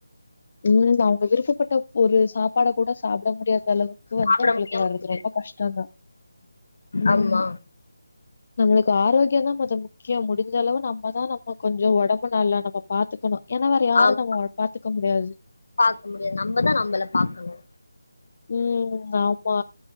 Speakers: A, on the left; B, on the left.
A: உம் அவுங்க விருப்பப்பட்ட ஒரு சாப்பாட கூட சாப்ட முடியாது அந்தளவுக்கு
B: சாப்பிட
A: வந்து அவுங்களுக்கு
B: முடியாம
A: வர்றது
B: போயிரு
A: ரொம்ப கஷ்டந்தா உம்
B: ஆமா
A: நம்மளுக்கு ஆரோக்கியோந்தா மொத முக்யம் முடிஞ்ச அளவு நம்ம தா நம்ம கொஞ்சோ ஒடம் பு நல்லா நம்ம பாத்துக்குணு ஏனா வேற யாரு
B: ஆமா
A: நம்மோ பா்த்துக்க முடியாது
B: பாக்க முடியாது நம்மதா நம்மள பாக்கணு
A: உம் ஆமா